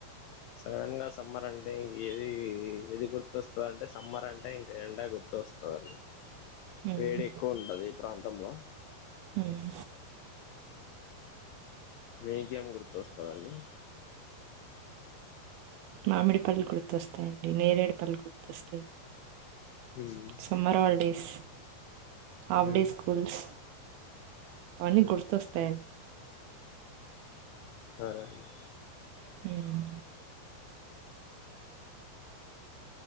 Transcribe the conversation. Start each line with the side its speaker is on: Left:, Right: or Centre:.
Left: సడన్గా సమ్మర్ అంటే ఎది ఎది వంటే సమ్మర్ అంటే ఇంకా ఎండ గుర్తొస్తుందండి
Right: హ్మ్.
Left: వేడి ఎక్కువ ఉంటది ఈ ప్రాంతంలో
Right: హుమ్
Left: మీకేం గుర్తొస్తాదండి
Right: మామిడి పళ్ళు గుర్తొస్తాయిండి నేరేడి పళ్ళు గుర్తొస్తాయి
Left: ఉమ్
Right: సమ్మర్ హాలీడేస్ ఆఫ్
Left: ఉమ్
Right: డే స్కూల్స్ అవన్నీ
Left: ఉమ్
Right: గుర్తుస్తాయని
Left: సరే అండి
Right: హ్మ్.